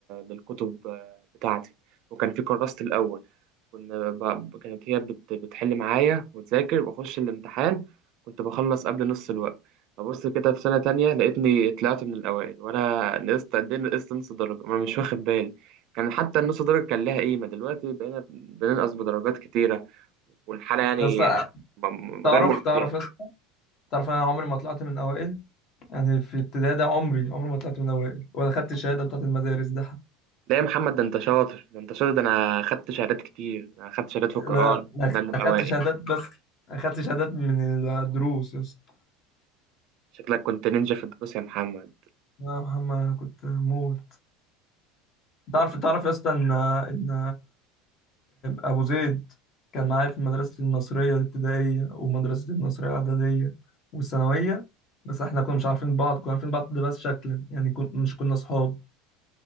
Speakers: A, on the right (about 55°); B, on the left (about 45°).
A: للكتب آه، بتاعتي وكان في كراسة الاول كنا ب... كانت هي بت... بتحل معايا وتذاكر واخش الامتحان كنت بخلص قبل نص الوقت أبص كده في سنة تانية لقيتني طلعت من الأوائل وأنا نقصت قد إيه نقصت نص درجة ما أنا مش واخد بالي كان حتى النص درجة كان لها قيمة دلوقتي بقينا بننقص بدرجات كتيرة والحالة يعني
B: يا اسطى
A: م- م-
B: تعرف
A: غير مرضية
B: تعرف يا اسطى تعرف انا عمري ما طلعت من اوائل يعني في ابتدائي ده عمري عمري ما طلعت من اوائل ولا خدت الشهاده بتاعت المدارس ده
A: لا يا محمد ده أنت شاطر ده أنت شاطر ده أنا خدت شهادات كتير أنا خدت شهادات في القرآن
B: لا أنا
A: كنا
B: أخ-
A: من الأوائل
B: أخدت شهادات بس أخدت شهادات من الدروس يا اسطى
A: شكلك كنت نينجا في الدروس يا محمد
B: يا محمد كنت موت تعرف تعرف يا اسطى إن إن أبو زيد كان معايا في مدرسة المصرية الابتدائية ومدرسة المصرية الإعدادية والثانوية بس احنا كنا مش عارفين بعض كنا عارفين بعض ده بس شكلا يعني كن... مش كنا صحاب